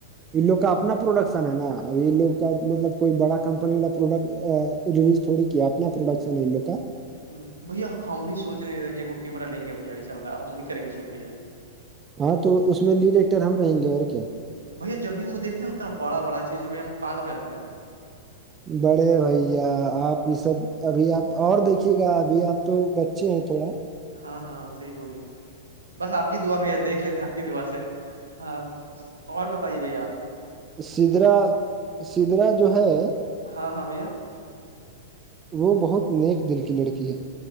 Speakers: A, on the right; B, on the right.
A: ان لوگ کا اپنا پروڈکشن ہے نا ا یہ لوگ کا مطلب کوئی بڑا کمپنی والا پروڈکٹ ریلیز تھوڑی کیا اپنا پروڈکشن لو کا
B: ہ بھیا ہم بھی سوچ رہے ہیں ایک کیمہ لیں گے بھیا اشا والا ہم بھی کریں گے سوٹ بھیا
A: ہاں تو اس میں لیڈ ایکٹر ہم رہیں گے اور کیا
B: بھیا جب بھی ہم وہ دیکتے ہیں اتنا بڑا بڑایزھائی ہم پال ہو جے ہیں
A: بڑے بھیا آپ یہ سب ابھی آپ اور دیکھیے گا ابھی آپ تو بچے ہیں تھوڑا
B: ہاں ہاں صحیح بولے بس آپ کی دعا بھیا دیکھ لیتے ہیں آپ کی دعا سے ہاں اور بتائیے بھیا
A: سدرا سدرا جو ہے
B: ہاں ہاں بھیا
A: وہ بہت نیک دل کی لڑکی ہے